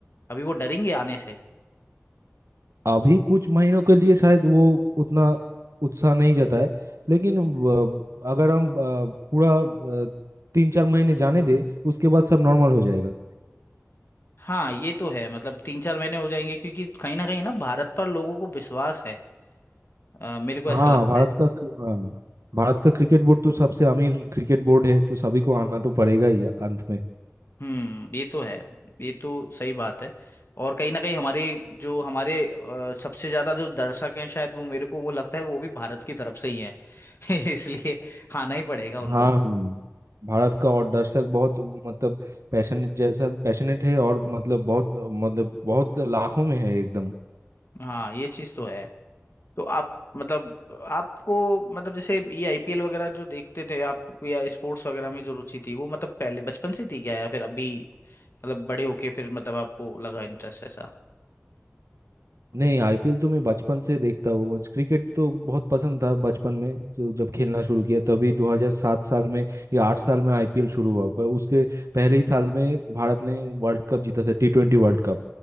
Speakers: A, on the left; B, on the right.
A: अभी वो डरेंगे आने से
B: अभी कुछ महीनों के लिए शायद वो उतना उत्साह नहीं जाता है लेकिन अ, अगर हम अ, पूरा अ, तीन चार महीने जाने दे उसके बाद सब नॉर्मल हो जाएगा
A: हाँ ये तो है मतलब तीन चार महीने हो जाएंगे क्योंकि कहीं ना कहीं ना भारत पर लोगों को विश्वास है अ, मेरे को
B: हाँ
A: ऐसा लगता
B: भारत
A: है
B: का हाँ भारत का क्रिकेट बोर्ड तो सबसे अमीर क्रिकेट बोर्ड है तो सभी को आना तो पड़ेगा ही अंत में
A: हम्म ये तो है ये तो सही बात है और कहीं ना कहीं हमारे जो हमारे अ, सबसे ज्यादा जो दर्शक हैं शायद वो मेरे को वो लगता है वो भी भारत की तरफ से ही है <laughs> इसलिए आना ही पड़ेगा उनको
B: हाँ हम्म, भारत का और दर्शक बहुत मतलब पैशनेट जैसा पैशनेट है और मतलब बहुत मतलब बहुत लाखों में है एकदम
A: हाँ ये चीज़ तो है तो आप मतलब आपको मतलब जैसे ये आईपीएल वगैरह जो देखते थे आप या स्पोर्ट्स वगैरह में जो रुचि थी वो मतलब पहले बचपन से थी क्या या फिर अभी मतलब बड़े होके फिर मतलब आपको लगा इंटरेस्ट ऐसा
B: नहीं आईपीएल तो मैं बचपन से देखता हूँ मुझे क्रिकेट तो बहुत पसंद था बचपन में जो जब खेलना शुरू किया तभी 2007 साल में या 8 साल में आईपीएल शुरू हुआ पर उसके पहले ही साल में भारत ने वर्ल्ड कप जीता था टी ट्वेंटी वर्ल्ड कप